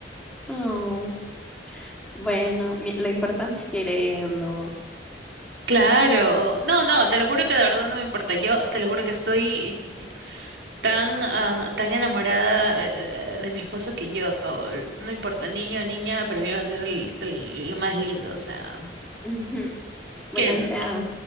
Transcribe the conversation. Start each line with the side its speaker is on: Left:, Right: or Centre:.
Centre: oh. Bueno, mi- lo importante es quererlo.
Right: Claro, no, no, te lo juro que de verdad no me importa. Yo te lo juro que estoy tan, ah, tan enamorada eh, eh, de mi esposo que yo, no importa, niño o niña, para mí va a ser el- el- lo más lindo, o sea,
Centre: Ujú. Bueno,
Right: que,
Centre: o sea,
Right: que-